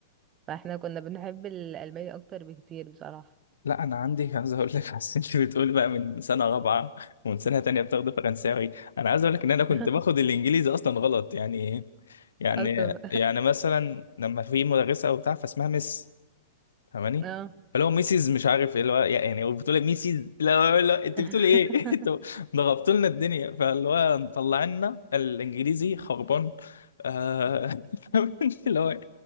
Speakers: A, on the right (about 30°); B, on the left (about 80°).
A: فاحنا كنا بنحب الألماني اكتر بكتير بصراحة
B: لا انا عندي <laughs> عايز اقول لك بس انت بتقولي بقى من سنه رابعه ومن سنه تانية بتاخد فرنساوي انا عايز اقول لك ان انا
A: <laughs>
B: كنت باخد الانجليزي اصلا غلط يعني يعني
A: اصلا
B: يعني مثلا لما في مدرسه او بتاع فاسمها مس فاهماني
A: اه
B: فلو ميسيز مش عارف ايه اللي هو يعني هو بتقول ميسيز لا لا انت
A: <laughs>
B: بتقولي ايه <laughs> انتوا ضغطتوا لنا الدنيا فاللي هو مطلعنا الانجليزي خربان آه <laughs> فاهماني؟ اللي هو